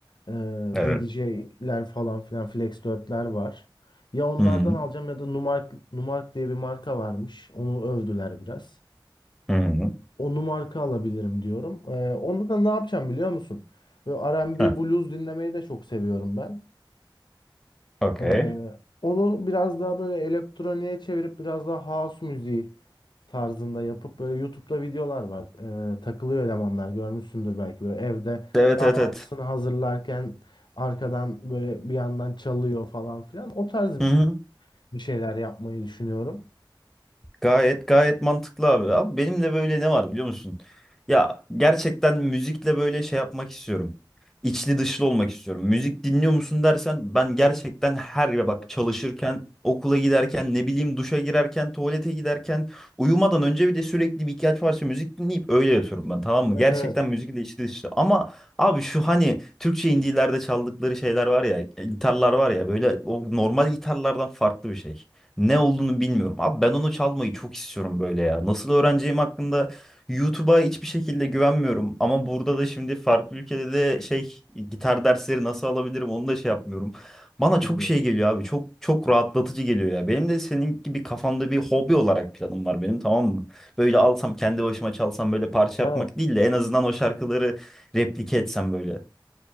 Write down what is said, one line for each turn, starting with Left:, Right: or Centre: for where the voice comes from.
Left: Eee
Centre: Evet.
Left: DDJ'ler falan filan Flex 4'ler var. Ya onlardan
Centre: Hı hı.
Left: alacağım ya da Numark, Numark diye bir marka varmış. Onu övdüler biraz
Centre: Hı hı.
Left: onu marka alabilirim diyorum. Ee, onda da ne yapacağım biliyor musun? Böyle R&B
Centre: Ha.
Left: blues dinlemeyi de çok seviyorum ben.
Centre: Okey.
Left: Ee, onu biraz daha böyle elektroniğe çevirip biraz daha house müziği tarzında yapıp böyle YouTube'da videolar var. Ee, takılıyor elemanlar görmüşsündür belki böyle evde
Centre: Evet
Left: kahvaltısını
Centre: evet evet.
Left: hazırlarken arkadan böyle bir yandan çalıyor falan filan. O tarz
Centre: Hı hı.
Left: bir şeyler yapmayı düşünüyorum.
Centre: Gayet gayet mantıklı abi. Abi benim de böyle ne var biliyor musun? Ya gerçekten müzikle böyle şey yapmak istiyorum. İçli dışlı olmak istiyorum. Müzik dinliyor musun dersen ben gerçekten her ya bak
Left: Bak
Centre: çalışırken, okula giderken, ne bileyim duşa girerken, tuvalete giderken, uyumadan önce bile sürekli bir ihtiyaç varsa müzik dinleyip öyle yatıyorum ben tamam mı?
Left: Evet
Centre: Gerçekten
Left: evet.
Centre: müzikle içli dışlı. Ama abi şu hani Türkçe indilerde çaldıkları şeyler var ya, gitarlar var ya böyle o normal gitarlardan farklı bir şey. Ne olduğunu bilmiyorum. Abi ben onu çalmayı çok istiyorum böyle ya. Nasıl öğreneceğim hakkında YouTube'a hiçbir şekilde güvenmiyorum. Ama burada da şimdi farklı ülkede de şey gitar dersleri nasıl alabilirim onu da şey yapmıyorum. Bana çok
Left: Bilmiyorum.
Centre: şey
Left: şey.
Centre: geliyor abi. Çok çok rahatlatıcı geliyor ya. Benim de senin gibi kafamda bir hobi olarak planım var benim tamam mı? Böyle alsam kendi başıma çalsam böyle parça
Left: Evet.
Centre: yapmak değil de en azından o şarkıları replike etsem böyle.